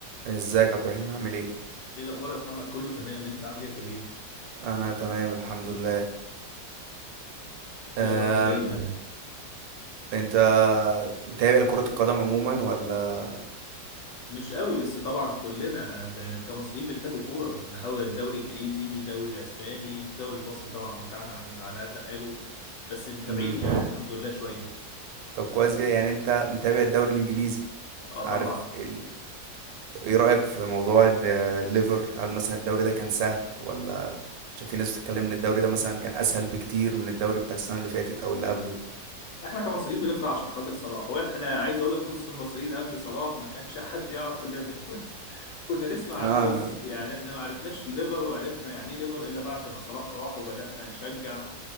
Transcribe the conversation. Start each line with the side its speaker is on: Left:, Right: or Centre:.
Right: ازيك عبد الرحيم عامل ايه
Left: ايه الاخبار يا محمد كله تمام انت عامل ايه يا كبير
Right: انا تمام الحمد لله أم...
Left: ايه يا رب دايما
Right: انت متابع لكرة القدم عموما ولا
Left: مش قوي بس طبعا كلنا ب... كمصريين بنحب الكوره بنحاول دوري انجليزي دوري اسباني الدوري المصري طبعا بتاعنا على على قد حاله بس متابعين
Right: مم.
Left: يعني الحمد لله شويه
Right: طب كويس جدا يعني انت متابع الدوري الانجليزي
Left: اه طبعا
Right: عارف ال... طب ايه رأيك في موضوع ان آه، الليفر هل مثلا الدوري ده كان سهل ولا عشان في ناس بتتكلم ان الدوري ده مثلا كان اسهل بكتير من الدوري بتاع السنة اللي فاتت او اللي قبله
Left: احنا كمصريين بنفرح عشان خاطر صلاح هو احنا عايز اقول لك نص المصريين قبل صلاح ما كانش حد يعرف الليفر كنا نسمع عنه
Right: اه
Left: بس يعني احنا ما عرفناش ليفر وعرفنا يعني ايه ليفر الا بعد ما صلاح راح وبدأنا نشجع